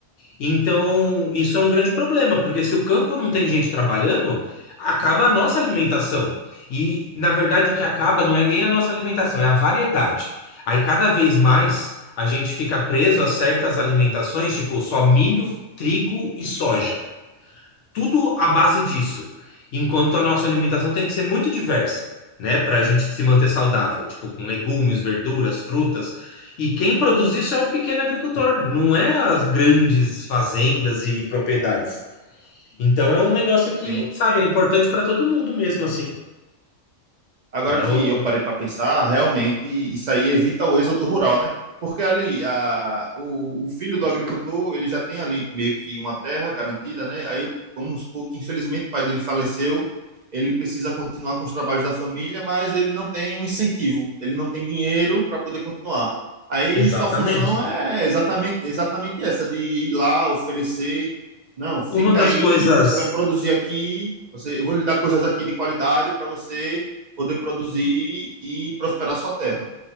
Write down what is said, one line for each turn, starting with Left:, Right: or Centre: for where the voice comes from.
Left: Então, isso é um grande problema, porque se o campo não tem gente trabalhando, acaba a nossa alimentação. E, na verdade, o que acaba não é nem a nossa alimentação, é a variedade. Aí, cada vez mais, a gente fica preso a certas alimentações, tipo só milho, trigo e soja tudo à base disso. Enquanto a nossa alimentação tem que ser muito diversa, né? Para a gente se manter saudável, tipo com legumes, verduras, frutas. E quem produz isso é o pequeno agricultor, não é as grandes fazendas e propriedades. Então é um negócio que,
Right: Tem
Left: sabe, é importante para todo mundo mesmo, assim.
Right: Agora
Left: É
Right: que
Left: o...
Right: eu parei para pensar, realmente isso aí evita o êxodo rural, né? Porque ali a, o, o filho do agricultor, ele já tem ali meio que uma terra garantida, né? Aí vamos supor que infelizmente o pai dele faleceu, ele precisa continuar com os trabalhos da família, mas ele não tem um incentivo, ele não tem dinheiro para poder continuar. Aí
Left: Exatamente.
Right: sua função é exatamente, exatamente essa, de ir lá, oferecer, não, fica
Left: Uma das
Right: aí,
Left: coisas
Right: você vai produzir aqui, você, eu vou lhe dar coisas aqui de qualidade para você poder produzir e prosperar sua terra.